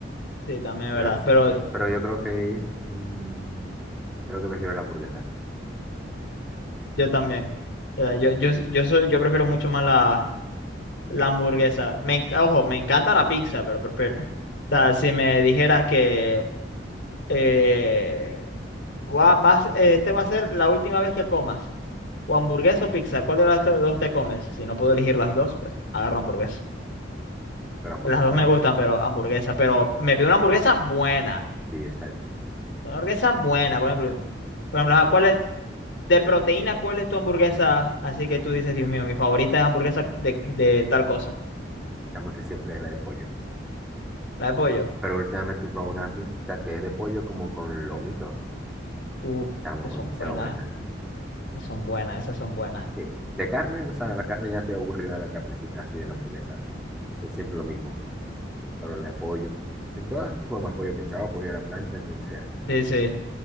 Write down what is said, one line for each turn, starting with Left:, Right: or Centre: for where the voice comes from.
Left: sí, también es
Centre: Pero,
Left: verdad,
Centre: sí-
Left: pero
Centre: pero, pero yo creo que mm, creo que prefiero la hamburguesa.
Left: yo también. Eh, Yo, yo, yo soy, yo prefiero mucho más la La hamburguesa. Me, enc- ojo, me encanta la pizza, pero prefiero. <laughs> O sea, si me dijeras que eh, va- vas, eh, este va a ser la última vez que comas, o hamburguesa o pizza, ¿cuál de las to- dos te comes? Si no puedo elegir las dos, pues agarro hamburguesa.
Centre: Pero hamburguesa,
Left: Las dos me gustan, pero hamburguesa. Pero me pido una hamburguesa buena.
Centre: sí, exacto.
Left: Una hamburguesa buena, por ejemplo. Por ejemplo, ajá, ¿cuál es, de proteína, cuál es tu hamburguesa? Así que tú dices, Dios mío, mi favorita es hamburguesa de, de tal cosa.
Centre: Chamo que siempre es la de pollo.
Left: La de pollo.
Centre: Pero últimamente probé una mixta que es de pollo como con lomito.
Left: Uf,
Centre: Chamo,
Left: esas son
Centre: demasiado
Left: buenas.
Centre: buena.
Left: Son buenas, esas son buenas.
Centre: Sí. De carne, o sea, la carne ya te aburrió de la carnecita así de la hamburguesa. Que es siempre lo mismo. Pero la de pollo. En todas formas, pollo mechado, pollo a la plancha, como sea.
Left: sí sí